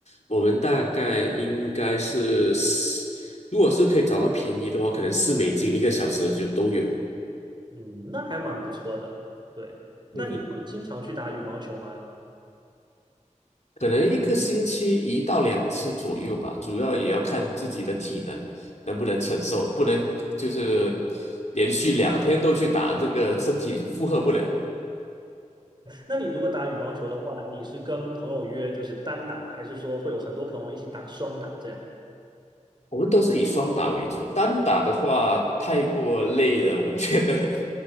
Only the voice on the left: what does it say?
我们大概应该是四，如果是可以找到便宜的话，可能四美金一个小时就都有。
嗯哼。可能一个星期一到两次左右吧，主要也要看自己的体能能不能承受，不能就是连续两天都去打，这个身体负荷不了。
我们都是以双打为主，单打的话太过累了，我们觉得。<laughs>